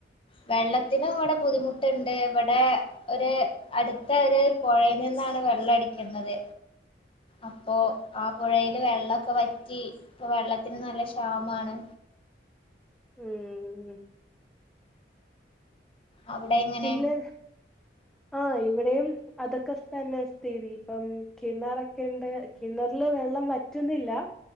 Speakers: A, on the left (about 30°); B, in the centre.
A: വെള്ളത്തിനും ഇവിടെ ബുദ്ധിമു ട്ടുണ്ട് ഇവടെ ഒര് അടുത്ത ഒരു പൊഴയിൽ നിന്നാണ് വെള്ളം അടിക്കുന്നത് അപ്പൊ ആ പുഴയില് വെള്ളിക്കെ വറ്റി ഇപ്പൊ വെള്ളത്തിന് നല്ല ക്ഷാമാണ്
B: ഉം
A: അവിടെ എങ്ങനെ
B: പിന്നെ ആ ഇവിടെയും അതൊക്കെ തന്നെ സ്ഥിതി ഇപ്പം കിണറൊക്കെ ഇണ്ട് കിണറില് വെള്ളം വറ്റുന്നില്ല